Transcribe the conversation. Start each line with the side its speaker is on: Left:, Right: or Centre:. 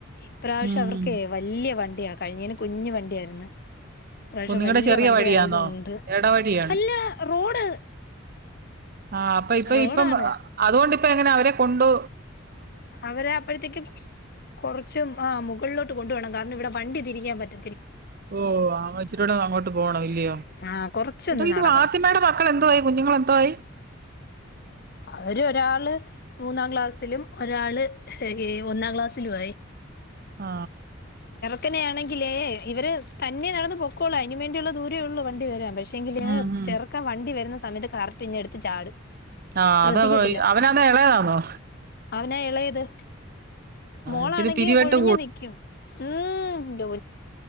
Left: ഇപ്രാവശ്യം
Right: ഉം
Left: അവർക്ക വല്യ വണ്ടിയാ കഴിഞ്ഞേന് കുഞ്ഞ് വണ്ടിയായിരുന്നു പ്രാവശ്യ
Right: ഓഹ് നിങ്ങടെ
Left: വലിയ
Right: ചെറിയ
Left: വണ്ടി
Right: വഴിയാന്നോ
Left: ആയത കൊണ്ട്
Right: എടവഴിയാണ്
Left: അല്ല റോഡ്
Right: ആ അപ്പൊ ഇപ്പൊ
Left: റോഡാണ്
Right: ഇപ്പം അതുകൊണ്ടിപ്പ എങ്ങനെ അവരെ കൊണ്ടൊ
Left: അവരെ അപ്പോഴത്തേക്കും കൊറച്ചു ആ മുകളിലോട്ട് കൊണ്ടു വെടണം കാരണം ഇവിടെ വണ്ടി തിരിക്കാൻ പറ്റ
Right: ഓ അവ ഇച്ചിരൂടെ അങ്ങട്ട് പോണ അല്ലയോ
Left: ആ കൊറച്ചൊന്ന്
Right: ഇപ്പൊ ഇത്
Left: നടക്കണം
Right: വാത്തിമയുടെ മക്കൾ എന്തു ആയി കുഞ്ഞുങ്ങള എന്തോ ആയി
Left: അവര് ഒരാള് മൂന്നാം ക്ലാസ്സിലും ഒരാള് ഒന്നാം ക്ലാസ്സിലു ആയി
Right: ആ
Left: തന്നെയാണെങ്കിലേ ഇവര് തന്നെ നടന്നന്ന് പൊക്കളാ അതിനന് വേണ്ടിയുള്ള ദൂരേ ഉള്ളൂ വണ്ടി വരാൻ പക്ഷേ പക്ഷെങ്കില്
Right: ഉം ഉം
Left: ചെറുക്ക വണ്ടി വരുന്ന സമയത്ത് കറക്റ്റ് ഇഞ്ഞടുത്ത് ചാടും
Right: ആ
Left: ശ്രദ്ധിക്കത്തില്ല
Right: അത അവ പോയി അവനതാ ഇളയതാണോ
Left: അവനാ ഇളയത് മോളാണെങ്കിൽ
Right: ഇച്ചിരി പിരിവെട്ട്
Left: ഒഴിഞ്ഞു നിക്കും ഉം ദൂ